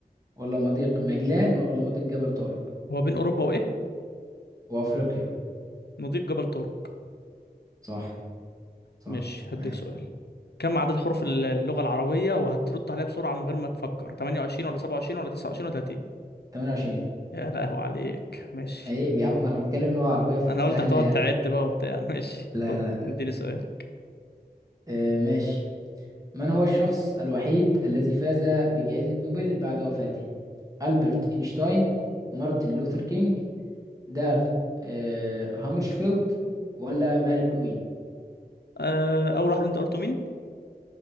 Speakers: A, on the right; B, on the left.
A: ولا مضيق مجلان ولا مضيق جبل طارق
B: هو بين اوروبا وايه
A: وافريقيا
B: مضيق جبل طارق
A: صح صح
B: ماشي هديك
A: ماشي
B: سؤال كم عدد حروف الل- اللغة العربية وهترد عليها بسرعة من غير ما تفكر 28 ولا 27 ولا 29 ولا 30
A: 28
B: يا لهو عليك ماشي
A: عيب يا عم انا بتكلم لغة عربية فسهلة
B: انا قلت هتقعد
A: يعني
B: تعد بقى وبتاع <laughs> ماشي
A: لا
B: خد
A: لا
B: اديني سؤالك
A: آه ماشي من هو الشخص الوحيد الذي فاز بجائزة نوبل بعد وفاته ألبرت إينشتاين مارتن لوثر كينج داغ آه هامرشفيلد ولا ماري كوين
B: أه اول واحد انت قلته مين